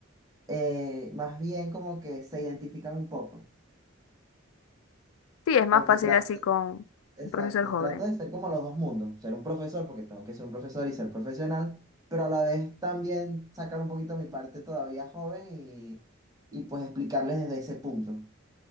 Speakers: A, on the right (about 20°); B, on the left (about 80°).
A: eh, más bien como que se identifican un poco,
B: Sí, es más
A: porque
B: fácil
A: tratan
B: así con
A: Exacto,
B: un profesor joven.
A: trato de ser como los dos mundos, ser un profesor porque tengo que ser un profesor y ser profesional, pero a la vez también sacar un poquito mi parte todavía joven y, y pues explicarles desde ese punto.